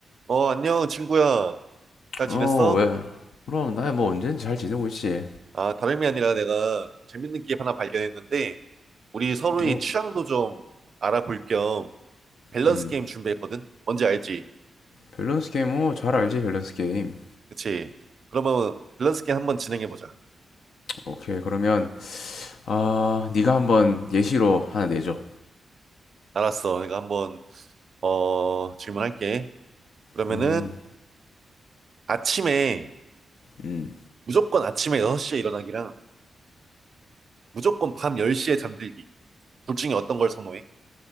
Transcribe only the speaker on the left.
어,
왜? 그럼 나야 뭐 언제든지 잘 지내고 있지.
어,
음.
밸런스 게임, 어, 잘 알지, 밸런스 게임.
오케이, 그러면, 아, 네가 한번 예시로 하나 내줘.
음,
음.